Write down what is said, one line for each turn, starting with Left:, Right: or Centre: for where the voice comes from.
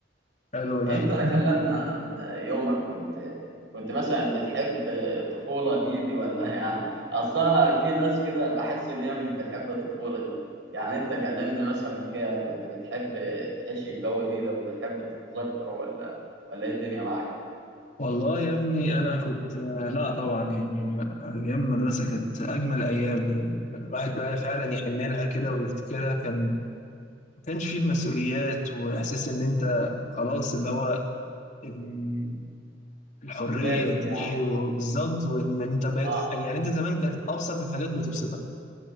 Left: حلو
Right: انت
Left: ده
Right: كلمنا عن يومك كنت كنت مثلا بتحب الطفوله دي دي ولا <laughs> يعني اصلا في ناس كده بحس ان هي مش بتحب الطفوله دي يعني انت كلمنا مثلا كده كنت بتحب تعيش الجو دي ده وبتحب تتذكره ولا ولا ايه الدنيا معاك
Left: والله يا ابني انا كنت لا طبعا يعني ايام المدرسه كانت اجمل ايام يعني الواحد بقى فعلا يحن لها كده ويفتكرها كان ما كانش فيه المسؤوليات واحساس ان انت خلاص اللي هو ال- الحريه
Right: كبرت
Left: دي
Right: يعني
Left: وبالظبط وان انت بقيت
Right: اه
Left: يعني انت زمان كانت ابسط الحاجات بتبسطك